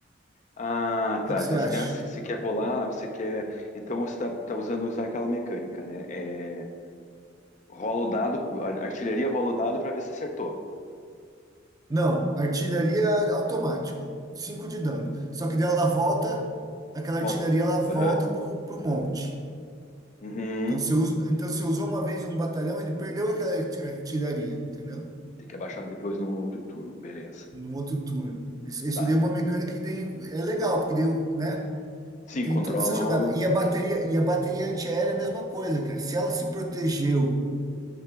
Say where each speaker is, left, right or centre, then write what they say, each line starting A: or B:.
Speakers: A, on the left; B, on the right.
A: Ah,
B: O
A: tá.
B: que que você
A: Então,
B: acha?
A: você quer, você você quer rolar, você quer. Então, você tá, tá usando usar aquela mecânica, né? É, rola o dado, a artilharia rola o dado para ver se acertou.
B: Não, artilharia automático, 5 de dano. Só que daí ela volta, aquela
A: Volta.
B: artilharia ela volta
A: Aham.
B: pro, pro monte.
A: Uhum.
B: Então você usa, então você usou uma vez um batalhão, ele perdeu aquela arti- artilharia, entendeu?
A: Tem que abaixar depois no outro turno. Beleza.
B: No outro turno. Isso, isso
A: Tá.
B: daí é uma mecânica que daí é legal, porque daí, né?
A: Sim,
B: Tem
A: controla
B: toda essa jogada.
A: o.
B: E a bateria, e a bateria antiaérea é a mesma coisa, cara. Se ela se protegeu